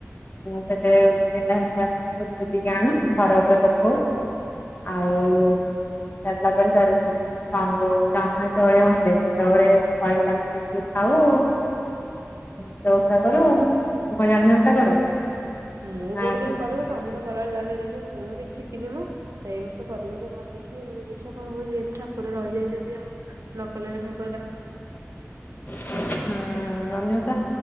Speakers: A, on the left; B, on the right.
A: ସେଥିରେ ଉଁସେଠାରେ ଗେଣ୍ଡା ଫେଣ୍ଡା କଣ ଖୋଜିକି ଆଣୁ ଘର ଉପରେ ପକଉ ଆଉ ସରିଲା ପରେ ତା ଯୋଉ ଜହ୍ନ ଯେତେବେଳେ ଉଇଁବେ ସେତେବେଳେ ଖଈ ତାଙ୍କୁ ଦେଖିକି ଖାଉ ଏଇ ତ ଓଷା କରୁ ଆଉ ତୁ କଣ ଜନ୍ନହି ଓଷା କରୁ?
B: ମୁଁ
A: ନା
B: କୋଉଠି
A: ହୁଁ
B: କାଇଁ କରେ ବା ତମେ ତ କଲାବେଳେ ଯାହା ଟିକେ ଦେଖେ ମୁଁ କିଛି ଶିଖିନି ମ ଏଇ ବର୍ଷ କରିବି ବୋଲି ଭାବିଚି ଆଉ ଦେଖିଆ କଣ ହଉଚି ଯେହେତୁ ଠାକୁର ରହିଯାଇଚନ୍ତି ଆଉ ନକଲେ ଠାକୁ
A: ହୁଁଉଁ। ଜହ୍ନି ଓଷା